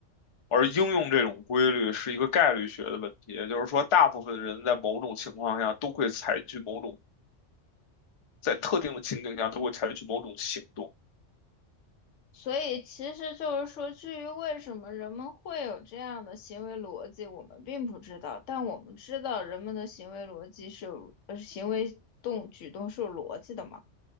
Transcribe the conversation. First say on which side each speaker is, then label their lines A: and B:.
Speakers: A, on the left; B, on the left.
A: 而应用这种规律是一个概率学的问题，也就是说，大部分人在某种情况下都会采取某种，在特定的情景下都会采取某种行动。
B: 所以其实就是说，至于为什么人们会有这样的行为逻辑，我们并不知道，但我们知道人们的行为逻辑是有，呃，行为动举动是有逻辑的嘛。